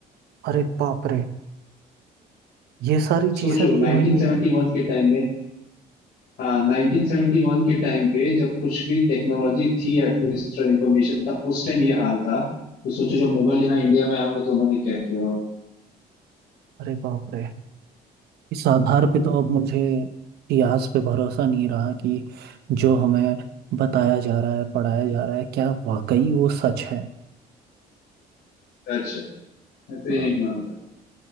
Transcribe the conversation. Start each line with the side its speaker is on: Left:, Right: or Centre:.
Right: अरे बाप रे ये सारी
Left: सोचो
Right: चीजें भी
Left: 1971
Right: हुई हैं
Left: के टाइम में हाँ 1971 के टाइम पे जब कुछ भी टेक्नोलॉजी थी एटलीस्ट और इंफॉर्मेशन था उस टाइम ये हाल था तो सोचो जब मुगल यहाँ इंडिया में आए होंगे तो उन्होंने क्या किया होगा
Right: अरे बाप रे इस आधार पे तो अब मुझे इतिहास पे भरोसा नहीं रहा कि जो हमें बताया जा रहा है पढ़ाया जा रहा है क्या वाकई वो सच है
Left: सच है मैं तो
Right: अ,
Left: ये नहीं मानता